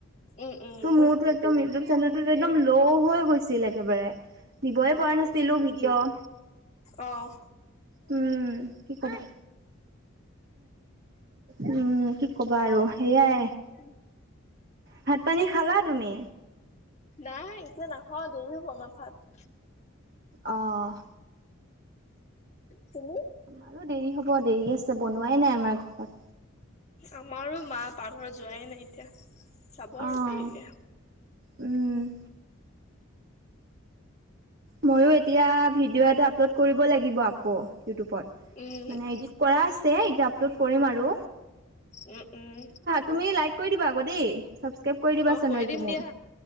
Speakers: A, on the left; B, on the right.
A: উম উম
B: ত মোৰতো একদম ইউটিউব চেনেলটো একদম ল' হৈ গৈছিল একেবাৰে। দিবই পৰা নাছিলো ভিডিঅ'।
A: অঁ।
B: উম কি কবা উম কি কবা আৰু সেয়াই।
A: উম।
B: ভাত পানী খালা তুমি?
A: নাই এতিয়া নাখাওঁ দেৰি হ'ব আমাৰ ভাত।
B: অঁ।
A: তুমি?
B: আৰু দেৰি হ'ব দেৰি আছে বনোৱাই নাই আমাৰ ঘৰত।
A: আমাৰো মা পাকঘৰত যোৱাই নাই এতিয়া, যাব
B: অ',
A: আৰু দেৰিকে।
B: উম। মইও এতিয়া ভিডিঅ' এটা আপলোড কৰিব লাগিব আকৌ ইউটিউবত,
A: উম
B: মানে ইডিট কৰা আছে, এতিয়া আপলোড কৰিম আৰু।
A: উম উম
B: তুমি লাইক কৰি দিবা আকৌ দেই। ছাবস্ক্ৰাইব দিবা
A: অ',
B: চেনেলটো
A: কৰি দিম
B: মোৰ।
A: দিয়া।